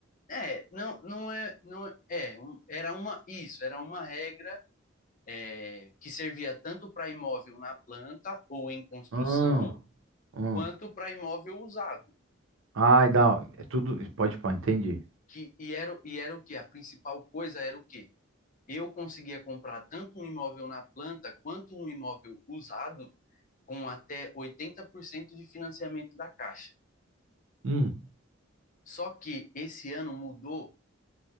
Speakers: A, on the left; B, on the right.
A: é, não, não é, não é, é, um- era uma, isso, era uma regra é, que servia tanto para imóvel na planta ou em construção,
B: Hum, hum.
A: quanto para imóvel usado.
B: Ai, dá. É tudo. Pode, pode, entendi.
A: que e era, e era o que? A principal coisa era o quê? Eu conseguia comprar tanto um imóvel na planta quanto um imóvel usado com até 80% de financiamento da Caixa.
B: Hum.
A: Só que esse ano mudou